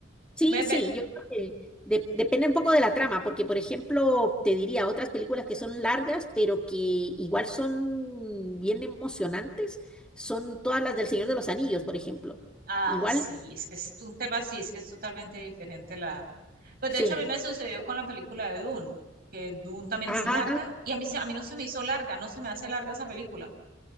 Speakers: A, in the centre; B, on the right.
A: Sí,
B: Me,
A: sí,
B: me-
A: yo creo que de- depende un poco de la trama, porque por ejemplo, te diría otras películas que son largas, pero que igual son bien emocionantes, son todas las del Señor de los Anillos, por ejemplo.
B: Ah,
A: Igual,
B: sí, es que es un tema, sí, es que es totalmente diferente la... Pues
A: sí.
B: de hecho a mí me sucedió con la película de Dune, que Dune también
A: Ah.
B: es larga y a mí, se- a mí no se me hizo larga, no se me hace larga esa película.